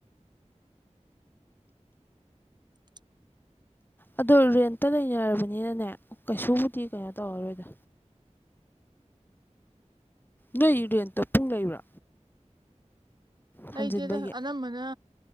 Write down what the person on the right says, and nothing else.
<unintelligible>
ꯂꯩꯇꯦꯗ
ꯑꯅꯝꯕꯅ